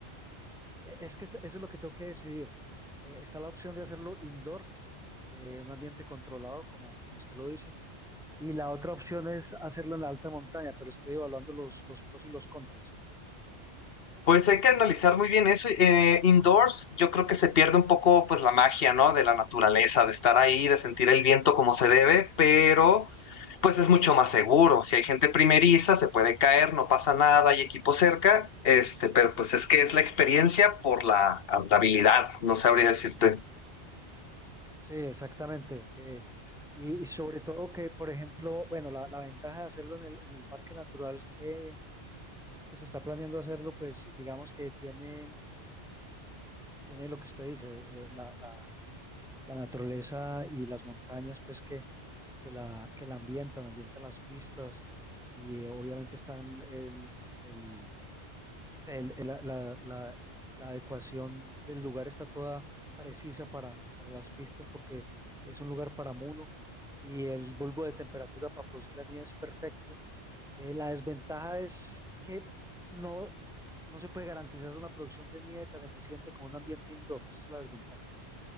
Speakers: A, in the centre; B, on the left.
A: e, Es que eso es lo que tengo que decidir. Eh, está la opción de hacerlo indoor, eh, un ambiente controlado, como, como usted lo dice, y la otra opción es hacerlo en la alta montaña, pero estoy evaluando los, los pros y los contras.
B: Pues hay que analizar muy bien eso. Eh, indoors, yo creo que se pierde un poco, pues, la magia, ¿no? De la naturaleza, de estar ahí, de sentir el viento como se debe, pero pues es mucho más seguro. Si hay gente primeriza, se puede caer, no pasa nada, hay equipo cerca, este, pero pues es que es la experiencia por la, ah, la habilidad, no sabría decirte.
A: Sí, exactamente. eh, y, y sobre todo que, por ejemplo, bueno, la, la ventaja de hacerlo en el, en el parque natural eh, que se está planeando hacerlo, pues digamos que tiene, tiene lo que usted dice, eh, la, la- la naturaleza y las montañas, pues que que la, que la ambientan, ambientan las pistas y eh, obviamente están el, el, el- el- la, la- la- la adecuación del lugar está toda precisa para, para las pistas porque es un lugar para muno y el bulbo de temperatura para producir la nieve es perfecto. Eh, la desventaja es que no, no se puede garantizar una producción de nieve tan eficiente como un ambiente indoor, esa es la desventaja.